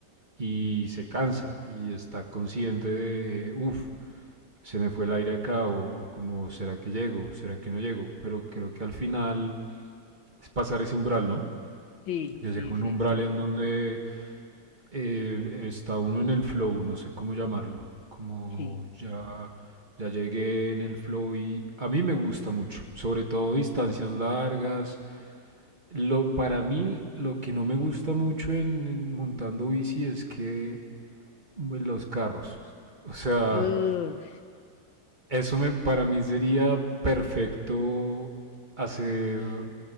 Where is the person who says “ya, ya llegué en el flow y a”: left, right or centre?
Right